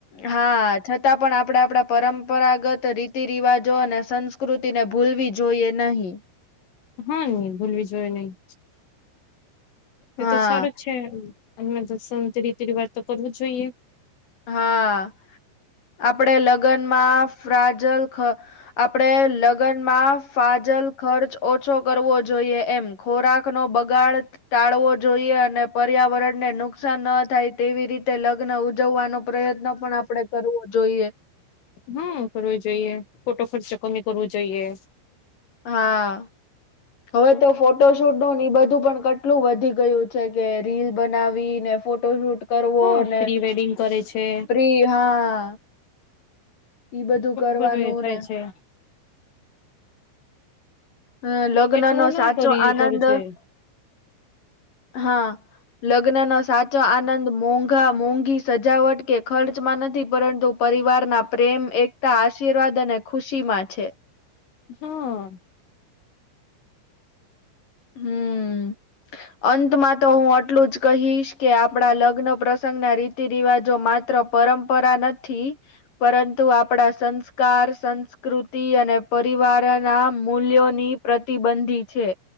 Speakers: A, on the left (about 40°); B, on the left (about 70°).
A: હા છતાં પણ આપડા આપડા પરંપરાગત રીતિ રિવાજો અને સંસ્ સંકૃતિ ને ભૂલવી જોઈએ નહીં
B: હુ ભૂલવી જોએ નહી એ
A: હા
B: તો સારું છે. તેમ અમને તો સંત રીતિ રિવાજ તો કરવું જોઈએ.
A: હા. આપણે લગ્નમાં ફ્રાજલ ખ આપણેે લગ્નમાં ફાજલ ખર્ચ ઓછો કરવો જોઈએ એમ ખોરાક નો બગાડ ટાળવો જોઈએ અને પર્યાવરણને નુકસાન ન થાય તેવી રીતે લગ્ન ઉજવાનો પ્રયત્ન પણ આપડે કરવો જોઈએ.
B: હા કરવું જોઈએ ખોટો ખર્ચો કમી કરવો જોઈએ.
A: હા હવે તો ફોટો શૂટો એ બધું પણ કટ એટલું વધી ગયું છે કે રીલ બનાવી ને ફોટોશૂટ કરવો
B: હા
A: ને
B: પ્રી વેડિંગ કરે છે
A: પ્રિ હા ઈ
B: ખુબ
A: કરવાનું
B: બધું એ થાય
A: ને
B: છે.
A: અ લગ્ન
B: એટલું
A: નો સાચો
B: ના કરી
A: આનંદ
B: કરવું જોઈએ
A: હા. લગ્ન નો સાચો આનંદ મોંઘા મોંઘી સજાવટ કે ખર્ચમાં નથી પરંતુ પરિવાર ના પ્રેમ, એકતા, આશીર્વાદ અને ખુશી માં છે.
B: હા.
A: હમ અંતમાં તો હું આટલું જ કહીશ કે આપડા લગ્ન પ્રસંગ ના રીતિ રિવાજો માત્ર પરંપરા નથી પરંતુ આપડા સંસ્કાર, સંસ્કૃતિ અને પરિવારના મૂલ્યોની પ્રતિબંધી છે